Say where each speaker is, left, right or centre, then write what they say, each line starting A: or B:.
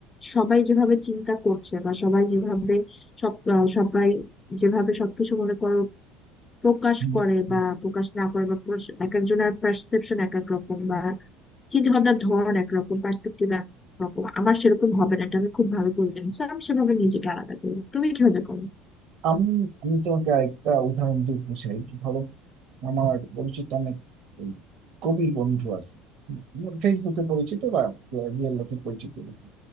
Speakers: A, on the left; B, on the right.
A: সবাই যেভাবে চিন্তা করছে বা সবাই যেভাবে সব আহ, সবাই যেভাবে সবকিছু মনে করো প্রকাশ
B: হুম,
A: করে
B: হুম।
A: বা প্রকাশ না করে বা প্রস- এক একজনের পারসেপশন এক এক রকম বা চিন্তা ভাবনার ধরন একরকম পার্সপেক্টিভ একরকম আমার সেরকম হবে না এটা আমি খুব ভালো করে জানি So, আমি সেভাবে নিজেকে আলাদা করি তুমি কিভাবে করো
B: আমি আমি তোমাকে একটা উদাহরণ দিতে চাই ধরো আমার পরিচিত অনেক এই, কবি বন্ধু আছে আমার ফেসবুকে পরিচিত বা রিয়েল লাইফে পরিচিত এরকম।